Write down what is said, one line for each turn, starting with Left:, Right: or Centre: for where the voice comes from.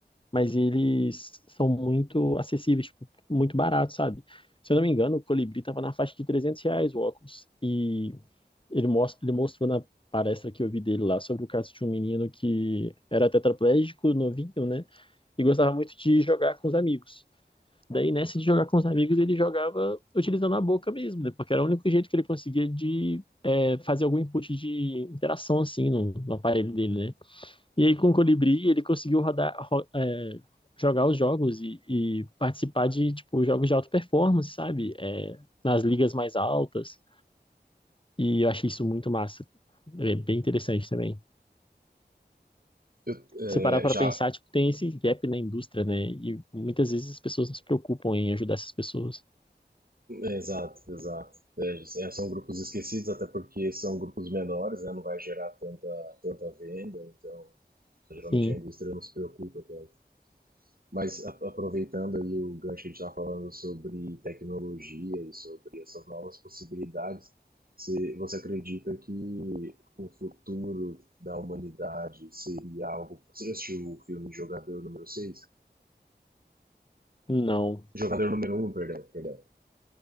Left: mas eles são muito acessíveis, tipo, muito baratos, sabe? Se eu não me engano, o Colibri estava na faixa de 300 reais o óculos, e ele, mostra, ele mostrou na palestra que eu vi dele lá sobre o caso de um menino que era tetraplégico, novinho, né? E gostava muito de jogar com os amigos. Daí, nessa de jogar com os amigos, ele jogava utilizando a boca mesmo, né? Porque era o único jeito que ele conseguia de é, fazer algum input de interação, assim, no, no, aparelho dele, né? E aí, com o Colibri, ele conseguiu rodar, ro, é, jogar os jogos e, e, participar de, tipo, jogos de alta performance, sabe? É, nas ligas mais altas. E eu achei isso muito massa. É bem interessante também.
Right: Eu,
Left: Se parar
Right: é,
Left: para
Right: já
Left: pensar, tipo, tem esse gap na indústria, né? E muitas vezes as pessoas não se preocupam em ajudar essas pessoas.
Right: Exato, exato. É, é, são grupos esquecidos, até porque são grupos menores, né? Não vai gerar tanta, tanta venda, então geralmente
Left: Sim,
Right: a indústria não se preocupa tanto. Mas a, aproveitando aí o gancho que a gente estava falando sobre tecnologia e sobre essas novas possibilidades, se você acredita que o futuro da humanidade seria algo. Você já assistiu o filme Jogador número seis
Left: não.
Right: Jogador número um perdão, perdão.